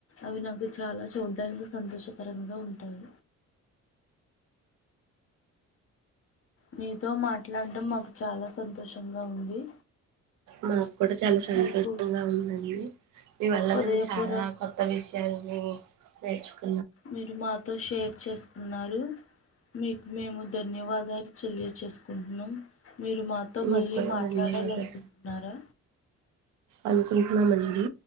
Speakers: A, on the left; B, on the right.
A: అవి నాకు చాలా చూడ్డానికి సంతోషకరంగా ఉంటాయి మీతో మాట్లాడం మాకు చాల సంతోషంగ ఉంది
B: మాక్కూడ చాల సంతోషంగా
A: మీకు
B: ఉందండి మీ వల్ల
A: హృదయపూర్వక
B: నేను చాల కొత్త విషయల్ ఉ <unintelligible>
A: మీరు మాతో షేర్ చేసుకున్నారు మీకు మేము ధన్యవాదాలు తెలియచేసుకుంటున్నాం మీరు మాతో
B: మీకు
A: మళ్ళీ
B: కూడా
A: మాట్లాడాలనుకుంటున్నార
B: ధన్యవాదాలు అనుకుంటున్నామండి